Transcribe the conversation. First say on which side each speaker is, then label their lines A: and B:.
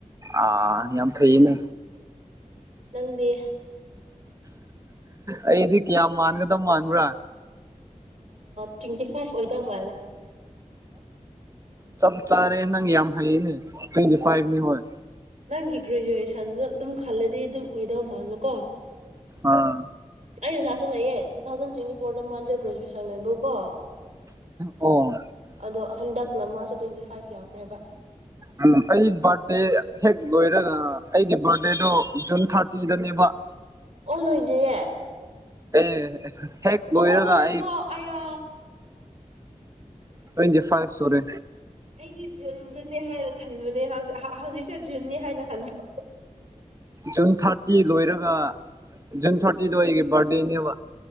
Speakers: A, on the right; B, on the right.
A: ꯑ ꯌꯥꯝ ꯐꯩꯅꯦ
B: ꯅꯪꯗꯤ
A: ꯑꯩꯗꯤ ꯀꯌꯥꯝ ꯃꯥꯟꯒꯗ ꯃꯥꯟꯕ꯭ꯔꯥ
B: ꯇ꯭ꯋꯦꯟꯇꯤ ꯐꯥꯏꯚ ꯑꯣꯏꯗꯝꯕ ꯂꯩꯦ
A: ꯆꯞ ꯆꯥꯔꯦ ꯅꯪ ꯌꯥꯝ ꯍꯩꯌꯦꯅꯦ ꯇ꯭ꯋꯦꯟꯇꯤ ꯐꯥꯏꯚꯅꯤ ꯍꯣꯏ
B: ꯅꯪꯒꯤ ꯒ꯭ꯔꯦꯖꯨꯋꯦꯁꯟꯗꯨ ꯑꯗꯨꯝ ꯈꯜꯂꯗꯤ ꯑꯗꯨꯝ ꯑꯣꯏꯗꯧ ꯃꯕꯀꯣ
A: ꯑꯥ
B: ꯑꯩ ꯑꯣꯖꯥꯁꯨ ꯂꯩꯌꯦ ꯇꯨ ꯊꯥꯎꯖꯟ ꯇ꯭ꯋꯦꯟꯇꯤ ꯐꯣꯔꯗ ꯃꯣꯟꯁꯦ ꯒ꯭ꯔꯦꯖꯨꯋꯦꯁꯟ ꯂꯩꯕꯧꯀꯣ
A: ꯑꯣ
B: ꯑꯗꯣ ꯍꯟꯗꯛꯅ ꯃꯥꯁꯨ ꯇ꯭ꯋꯦꯟꯇꯤ ꯐꯥꯏꯚ ꯌꯥꯎꯈ꯭ꯔꯦꯕ
A: ꯎꯝ ꯑꯩ ꯕꯥꯔꯗꯦ ꯍꯦꯛ ꯂꯣꯏꯔꯒ ꯑꯩꯒꯤ ꯕꯥꯔꯗꯦꯗꯣ ꯖꯨꯟ ꯊꯥꯔꯇꯤꯗꯅꯦꯕ
B: ꯑꯣ ꯂꯣꯏꯗ꯭ꯔꯤꯌꯦ
A: ꯑꯦ ꯍꯦꯛ ꯂꯣꯏꯔꯒ
B: ꯑꯣꯍꯣ ꯂꯣꯏꯔꯦꯀꯣ
A: ꯑꯩ
B: ꯑꯌꯥ
A: ꯇ꯭ꯋꯦꯟꯇꯤ ꯐꯥꯏꯚ ꯁꯣꯔꯤ
B: ꯑꯩꯗꯤ ꯖꯨꯟꯗꯨꯅꯦ ꯍꯥꯏꯅ ꯈꯟꯕꯅꯦ ꯍꯧꯖꯤꯛ ꯍꯧꯖꯤꯛꯁꯦ ꯖꯨꯟꯅꯤ ꯍꯥꯏꯅ ꯈꯟꯕ
A: ꯖꯨꯟ ꯊꯥꯔꯇꯤ ꯂꯣꯏꯔꯒ ꯖꯨꯟ ꯊꯥꯔꯇꯤꯗꯣ ꯑꯩꯒꯤ ꯕꯥꯔꯗꯦꯅꯦꯕ